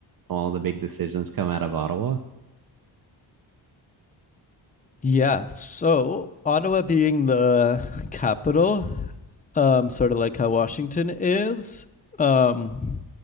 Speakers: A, on the right; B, on the left.
A: all the big decisions come out of Ottawa?
B: Yeah. So, Ottawa being the capital um sort of like how Washington is um